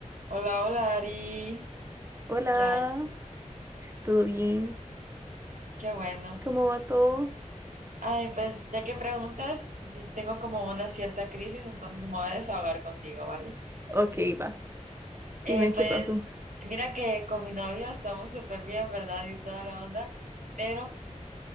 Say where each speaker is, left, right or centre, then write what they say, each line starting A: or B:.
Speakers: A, on the right; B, on the right.
A: Hola, hola Ari,
B: Hola,
A: ¿qué hay?
B: ¿todo bien?
A: Qué bueno.
B: ¿Cómo va todo?
A: Ay, pues ya que preguntas, si tengo como una cierta crisis, entonces me voy a desahogar contigo, ¿vale?
B: Ok, va.
A: Eh,
B: Dime
A: pues
B: qué pasó.
A: mira que con mi novio estamos súper bien, ¿verdad? Y toda la onda, pero